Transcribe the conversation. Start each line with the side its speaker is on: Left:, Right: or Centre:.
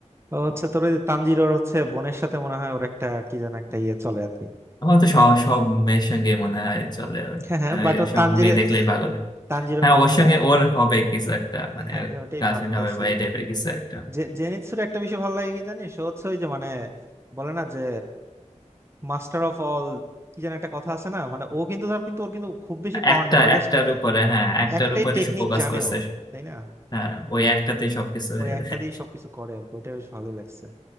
Right: ও হচ্ছে তোর ওই যে তানজিরোর হচ্ছে বোনের সাথে মনে হয় ওর একটা কি যেন একটা ইয়ে চলে আর কি
Left: <laughs> আমার তো সব সব মেয়ের সঙ্গে মনে হয় চলে ওর।
Right: হ্যাঁ হ্যাঁ
Left: মানে
Right: বাট
Left: ওই
Right: ও
Left: সব
Right: তানজিরো
Left: মেয়ে দেখলেই পাগল
Right: তানজিরোর
Left: হ্যাঁ ওর সঙ্গে ওর হবে কিছু একটা মানে
Right: হ্যাঁ আমি ওটাই
Left: গার্লফ্রেন্ড
Right: ভাবতাছি
Left: হবে বা
Right: আর
Left: এই টাইপের
Right: কি
Left: কিছু একটা
Right: জে জেনিৎসুর একটা বিষয় ভালো লাগে কি জানিস ও হচ্ছে ওই যে মানে বলে না যে মাস্টার অফ অল কি যেন একটা কথা আছে না মানে ও কিন্তু ধর কিন্তু ওর কিন্তু খুব বেশি পাওয়ার
Left: একটা
Right: নেই ও জাস্ট
Left: একটার উপরে হ্যাঁ একটার
Right: একটাই
Left: উপরে
Right: টেকনিক
Left: সে ফোকাস
Right: জানে
Left: করছে
Right: ও তাই না
Left: হ্যাঁ ওই একটাতেই সবকিছু হয়ে
Right: ওই একটা
Left: যায়
Right: দিয়ে সবকিছু করে আর কি ওইটা বেশ ভালোই লাগছে